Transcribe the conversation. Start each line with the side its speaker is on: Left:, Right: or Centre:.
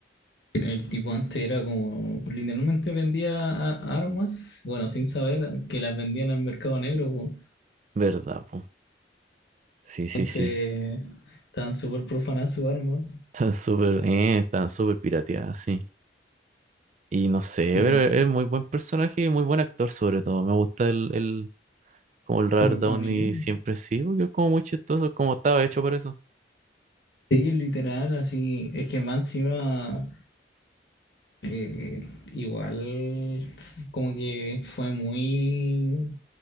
Left: el tipo antes era como, literalmente vendía a- armas, bueno, sin saber que las vendían al mercado negro, po.
Right: ¿Verdad, po? Sí, sí,
Left: Entonces,
Right: sí.
Left: estaban súper profanadas sus armas.
Right: Están súper, eh, están súper pirateadas, sí. Y no sé,
Left: Y
Right: pero e, es muy buen personaje y muy buen actor sobre todo. Me gusta el, el, como el Robert
Left: Robert
Right: Downey
Left: Downey Jr.
Right: siempre sí, porque es como muy chistoso, como estaba hecho para eso.
Left: Sí, literal, así, es que máxima, eh, igual, como que fue muy